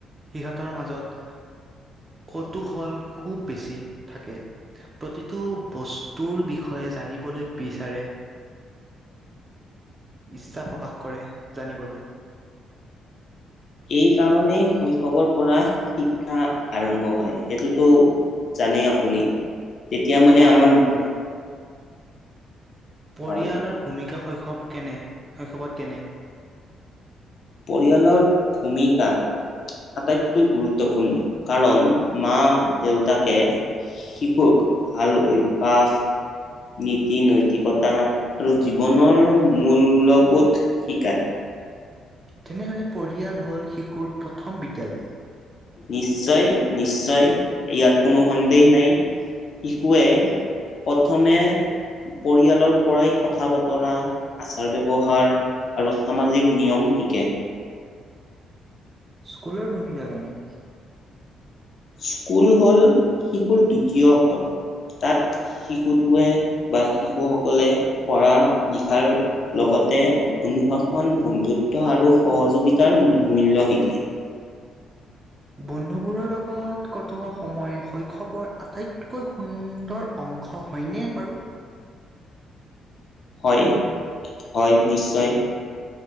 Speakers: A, on the right; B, on the left.
A: সিহঁতৰ মাজত কৌতোহল খুব বেছি থাকে। প্ৰতিটো বস্তুৰ বিষয়ে জানিবলৈ বিচাৰে। ইচ্ছা প্ৰকাশ কৰে জানিবলৈ।
B: এই কাৰণেই শৈশৱৰ পৰা শিক্ষা আৰম্ভ হয় সেইটোতো জানে আপুনি তেতিয়া মানে
A: হয়
B: আমাৰ
A: হয় হয়। পৰিয়ালৰ
B: হয়
A: ভূমিকা শৈশৱ কেনে শৈশৱত কেনে?
B: পৰিয়ালৰ ভূমিকা আটাইতকৈ গুৰুত্বপূৰ্ণ কাৰণ মা - দেউতাকে শিশুক ভাল অভ্যাস নীতি নৈতিকতা আৰু জীৱনৰ মূল্যবোধ শিকায়।
A: তেনেহলে পৰিয়াল হল শিশুৰ প্ৰথম বিদ্যালয়।
B: নিশ্চয় নিশ্চয় ইয়াত কোনো সন্দেহ নাই। শিশুৱে প্ৰথমে পৰিয়ালৰ পৰাই কথা - বতৰা, আচাৰ - ব্যৱহাৰ আৰু সামাজিক নিয়ম শিকে।
A: স্কুলৰ ভূমিকা কেনে?
B: স্কুল হ'ল শিশুৰ দ্বিতীয় ঘৰ, তাত শিশুটোৱে বা শিশুসকলে পঢ়া লিখাৰ লগতে অনুশাসন বন্ধুত্ব আৰু সহযোগিতাৰ মূল্য শিকে।
A: বন্ধুবোৰৰ লগত কটোৱা সময় শৈশৱৰ আটাইতকৈ সুন্দৰ অংশ হয়নে বাৰু?
B: হয়, হয় নিশ্চয়।